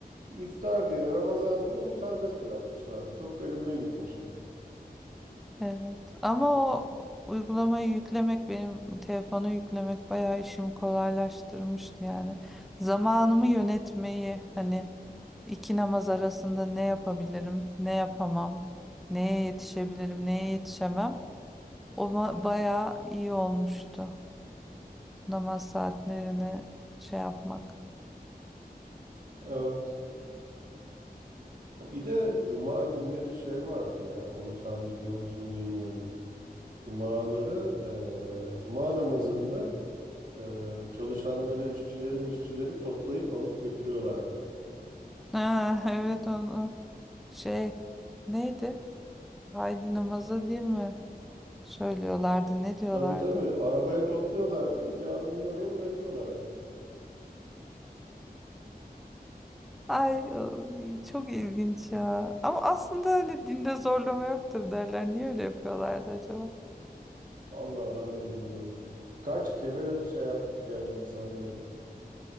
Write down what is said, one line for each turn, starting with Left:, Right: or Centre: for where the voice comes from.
Right: İftar diye, Ramazan diye onu serbest bırakmışlardı. Çok garibime gitmişti.
Centre: evet. Ama o uygulamayı yüklemek benim telefonu yüklemek bayağı işimi kolaylaştırmıştı yani. Zamanımı yönetmeyi hani iki namaz arasında ne yapabilirim, ne yapamam, neye yetişebilirim, neye yetişemem. O ba- bayağı iyi olmuştu namaz saatlerini şey yapmak. <laughs>
Right: Evet. Bir de cuma günleri şey vardı ya, onu sen biliyor musun bilmiyorum. Cumaları, e, cuma namazında Ee, çalışanları, işçileri, işçileri toplayıp alıp götürüyorlardı.
Centre: Ha, evet onu. Şey neydi? Haydi namaza diye mi söylüyorlardı? Ne diyorlardı?
Right: Tabii tabii arabaya topluyorlardı, bir caminin oraya bırakıyorlardı.
Centre: Ay o- çok ilginç ya. Ama aslında hani dinde zorlama yoktur derler. Niye öyle yapıyorlardı acaba?
Right: Vallahi ben de bilmiyorum. Kaç kere şey yaptık yani insanları.